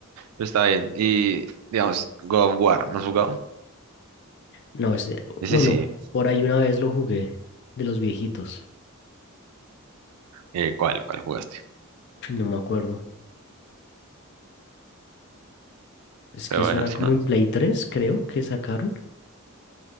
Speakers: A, on the right; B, on the left.
A: pero Está bien. Y, digamos, God of War, ¿no has jugado?
B: No, este,
A: Ese
B: bueno,
A: sí.
B: por ahí una vez lo jugué, de los viejitos.
A: Eh, ¿cuál? ¿Cuál jugaste?
B: Ay, No me acuerdo. Es
A: Pero
B: que eso
A: bueno,
B: era
A: si
B: como
A: no,
B: en Play tres creo, que sacaron.